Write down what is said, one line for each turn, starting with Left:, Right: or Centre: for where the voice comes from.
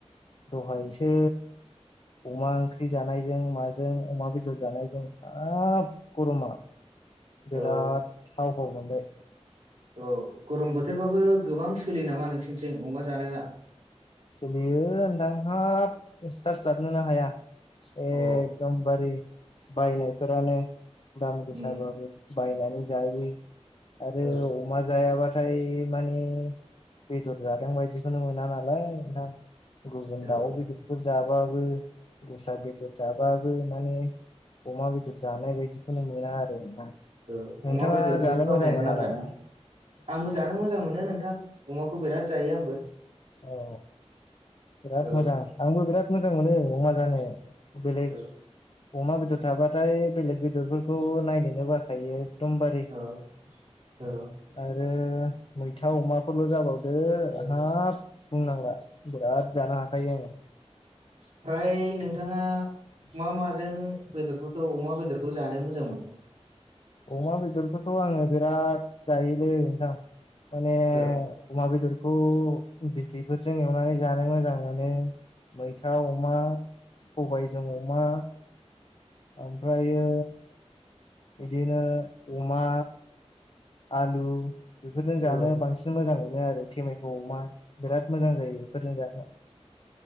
Left: दहायसो अमा ओंख्रि जानायजों माजों अमा बेदर जानायजों हाब गरमा बिराद
Right: औ
Left: हाव हाव मोनबाय।
Right: औ गरम बोथोरबाबो गोबां सोलियो नामा नोंसोरनिथिं अमा जानाया?
Left: सोलियो नोंथां हाब सिथारस्लाबनोनो हाया। ए
Right: अ
Left: एकदमबारि बायनायफोरानो दाम गोसाबाबो
Right: उम
Left: बायनानै जायो आरो
Right: औ
Left: अमा जायाबाथाय माने बेदर जादों बायदिखौनो मोना। नोंथां गुबुन दाउ
Right: औ
Left: बेदरफोर जाबाबो दस्रा बेदर जाबा बो माने अमा बेदर जानाय बायदिखौनो मोना आरो ना।
Right: औ
Left: नोंथाङा
Right: अमा बेदरनि
Left: जानो
Right: थावनायानो
Left: मोजां मोना
Right: आलदा
Left: नामा
Right: ना? आंबो जानो मोजां मोनो नोंथां अमाखौ बिराद जायो आंबो।
Left: अ बिराद
Right: औ
Left: मोजां आंबो बिराद मोजां मोनो अमा जानो। बेलेग
Right: औ
Left: अमा बेदर थाबाथाय बेलेग बेदरफोरखौ नायनो बाखायो। एकदमबारे
Right: औ औ
Left: आरो मैथा अमाफोरल' जाबावदो
Right: औ
Left: हाब बुंनांला। बिराद जानो हाखायो आङो।
Right: ओयफ्राय नोंथाङा मा माजों बेदरफोरखौ अमा बेदरखौ जानो मोजां मोनो?
Left: अमा बेदरखौथ' आङो बिराद जायोलै माने
Right: औ
Left: अमा बेदर खौ बिथैफोरजों एवनानै जानो मोजां मोनो मैथा अमा सबायजों अमा ओमफ्रायो बिदिनो अमा आलु बेफोरजों जानो
Right: औ
Left: बांसिन मोजां मोनो आरो टेमेट' अमा बिराद मोजां जायो बेफोरजों जानो।